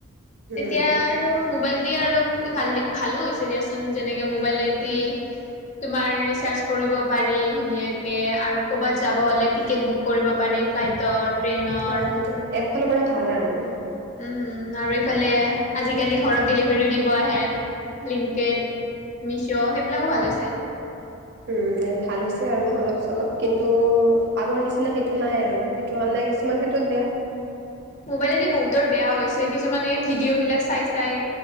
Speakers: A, on the right; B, on the left.
A: উম।
B: তেতিয়া আৰু মোবাইল দিে আৰু ভাল ভালো হৈছে দিয়াচোন যেনেকে মোবাইলত দিয় তুমাৰ ৰিচাৰ্চ কৰিব পাৰি ধুনীয়াকে আৰু কৰবাত যাব হলে টিকেট বুক কৰিব পাৰি ফ্লাইটৰ ট্ৰেইনৰ
A: অ সেইটো একফালৰ পৰা ভাল আৰু
B: উম আৰু এইফালে আজিকালি ঘৰত ডেলিভাৰীও দিব আহে লিংকট মিছ' সেইবিলাকো ভাল হৈছে।
A: উম ভাল হৈছে আৰু অলপ চলপ কিন্তু আগৰ নিচিনা সেইটো নাই আৰু সেইটো কাৰণে কিছুমান ক্ষেত্ৰত বেয়া।
B: মোবাইলে এদি বহুতৰ বেয়া হৈছে কিছুমানে ভিডিঅ' বিলাক চাই চাই।